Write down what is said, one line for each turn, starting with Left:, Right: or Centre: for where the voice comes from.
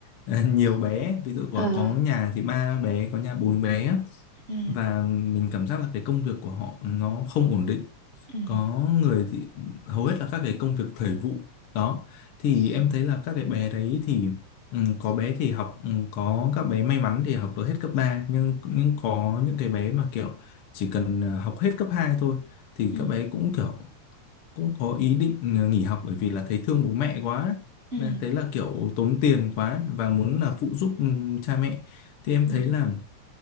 Left: Ờ, nhiều bé ví dụ
Right: Ừ.
Left: có
Right: ờ
Left: có nhà thì ba bé có nhà bốn bé á.
Right: ừ
Left: và mình cảm giác là cái công việc của họ nó không ổn định
Right: ừ
Left: có người thì hầu hết là các cái công việc thời vụ đó thì
Right: ừ
Left: em thấy là các cái bé đấy thì ừ, có bé thì học ừ, có các bé may mắn thì học được hết cấp ba nhưng nhưng có những cái bé mà kiểu chỉ cần ờ, học hết cấp 2 thôi thì
Right: ừ
Left: các bé cũng kiểu cũng có ý định ờ, nghỉ học bởi vì là thấy thương bố mẹ quá
Right: ừ
Left: nên thấy là kiểu tốn tiền quá và muốn là phụ giúp ừm, cha mẹ thì em
Right: ừ
Left: thấy là